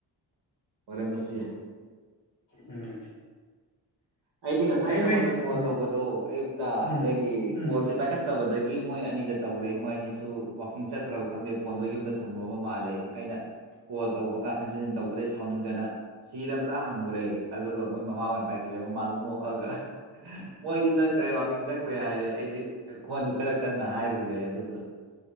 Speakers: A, on the right; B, on the left.
A: ꯑꯣꯏꯔꯝꯕꯁꯨ ꯌꯥꯏ
B: ꯎꯝ
A: ꯑꯩꯗꯤ ꯉꯁꯥꯏ
B: ꯐꯩ
A: ꯅꯪꯉꯣꯟꯗ
B: ꯐꯩ
A: ꯀꯣꯜ
B: ꯎꯝ
A: ꯇꯧꯕꯗꯣ ꯑꯌꯨꯛꯇ
B: ꯎꯝ
A: ꯑꯗꯒꯤ
B: ꯎꯝ
A: ꯀꯣꯜꯁꯦ ꯄꯥꯏꯈꯠꯇꯕꯗꯩ ꯒꯤ ꯃꯣꯏ ꯑꯅꯤꯗ ꯇꯧꯔꯦ ꯃꯣꯏ ꯑꯅꯤꯁꯨ ꯋꯥꯛꯀꯤꯡ ꯆꯠꯈ꯭ꯔꯕ ꯈꯪꯗꯦ ꯐꯣꯟꯗꯣ ꯌꯨꯝꯗ ꯊꯝꯃꯕ ꯃꯥꯜꯂꯦ ꯑꯩꯅ ꯀꯣꯜ ꯇꯧꯕ ꯀꯥꯟ ꯍꯟꯖꯤꯟ ꯍꯟ ꯇꯧꯕꯗꯩ ꯁꯥꯎꯅꯤꯡꯗꯅ ꯁꯤꯔꯕ꯭ꯔꯥ ꯍꯪꯉꯨꯔꯦ ꯑꯗꯨꯒ ꯃꯣꯏ ꯃꯃꯥ ꯑꯣꯏꯅ ꯄꯥꯏꯈꯠꯂꯦ ꯃꯃꯥ ꯗꯣ ꯅꯣꯛꯑꯒ ꯃꯣꯏꯗꯤ ꯆꯠꯈ꯭ꯔꯦ ꯋꯥꯀꯤꯡ ꯆꯠꯈ꯭ꯔꯦ ꯍꯥꯏꯔꯦ ꯑꯩꯗꯤ ꯈꯣꯟꯗꯨ ꯈꯔ ꯀꯟꯅ ꯍꯥꯏ ꯊꯤꯂꯨꯔꯦ ꯑꯗꯨꯒ